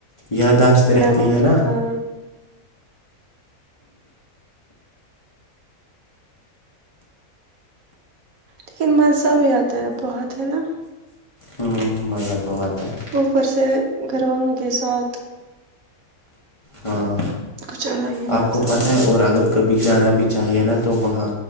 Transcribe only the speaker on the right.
میمور
ہاں لیکن مزہ بھی آتا ہے بہت ہے نا
اوپر سے گھر والوں کے ساتھ
کچھ الگ ہی
مزہ
آتا
ہے